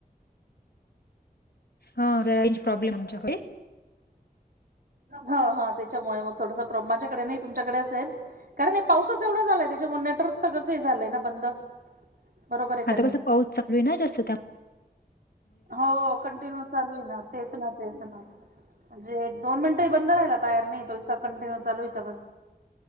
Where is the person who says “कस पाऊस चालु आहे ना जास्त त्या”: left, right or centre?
Left